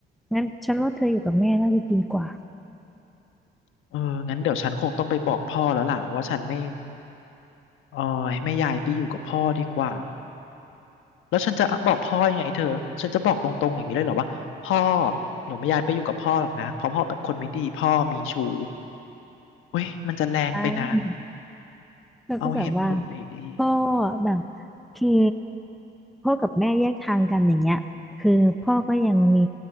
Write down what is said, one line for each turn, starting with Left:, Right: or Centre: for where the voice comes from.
Centre: งั้นฉันว่าเธออยู่กับแม่น่าจะดีกว่า
Left: เอองั้นเดี๋ยวฉันคงต้องไปบอกพ่อแล้วล่ะว่าฉันไม่เออให้ไม่ย้ายไปอยู่กับพ่อดีกว่า แล้วฉันจะบอกพ่อยังไงเธอ ฉันจะบอกตรงๆอย่างนี้เลยเหรอว่าพ่อหนูไม่อยากไปอยู่กับพ่อหรอกนะเพราะพ่อเป็นคนไม่ดีพ่อมีชู้เว้ยมันจะแรงไปนะ
Centre: ไหมเธอก็แบบว่า
Left: เอาเหตุผลหน่อยดี
Centre: ก็แบบคือพ่อกับแม่แยกทางกันอย่างเงี้ยคือพ่อก็ยังมี